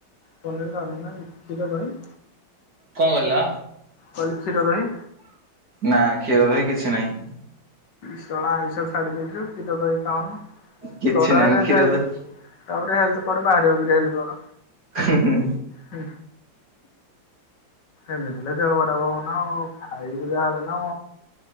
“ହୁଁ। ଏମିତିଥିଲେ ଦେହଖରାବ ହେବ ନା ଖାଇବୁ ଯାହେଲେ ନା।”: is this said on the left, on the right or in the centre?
Left